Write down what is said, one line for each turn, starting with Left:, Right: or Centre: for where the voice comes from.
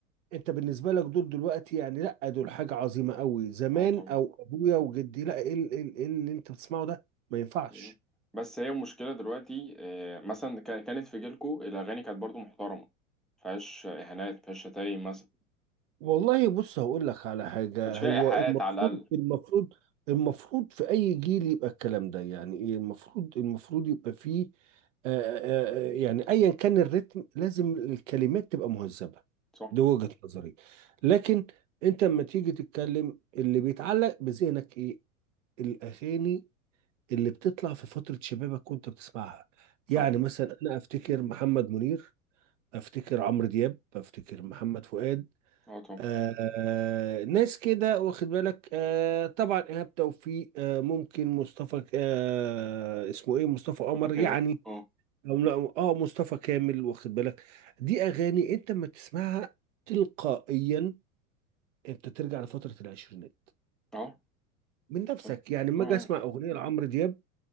Right: انت بالنسبه لك دول دلوقتي يعني لا دول حاجه عظيمه قوي زمان
Centre: اه طبعا
Right: او ابويا وجدي لا ايه ال- إيه ال- إيه اللي انت بتسمعه ده ما ينفعش
Centre: بالظبط. بس هي المشكله دلوقتي آه، مثلا كا- كانت في جيلكو الاغاني كانت برضو محترمه مفيهاش اهانات مفيهاش شتايم مثلا
Right: والله بص هقول لك على حاجة
Centre: ما كانش فيها
Right: هو
Centre: ايحاءات
Right: المفروض
Centre: على الاقل
Right: المفروض المفروض في أي جيل يبقى الكلام ده يعني إيه المفروض المفروض يبقى فيه آه، آه، آه، يعني أيا كان الريتم لازم الكلمات تبقى مهذبة
Centre: صح
Right: دي وجهة نظري لكن أنت لما تيجي تتكلم اللي بيتعلق بذهنك إيه الأغاني اللي بتطلع في فترة شبابك وأنت بتسمعها يعني
Centre: صح
Right: مثلا أنا أفتكر محمد منير أفتكر عمرو دياب أفتكر محمد فؤاد
Centre: اه طبعا
Right: آه ناس كده واخد بالك آه طبعا ايهاب توفيق آه ممكن مصطفى آه اسمه ايه مصطفى قمر
Centre: اتفق
Right: يعني
Centre: أوي. اه
Right: أو لا اه مصطفى كامل واخد بالك دي اغاني انت ما تسمعها تلقائيا انت ترجع لفتره العشرينات
Centre: اه
Right: من نفسك
Centre: صح
Right: يعني لما
Centre: اه اه
Right: اجي اسمع اغنيه لعمرو دياب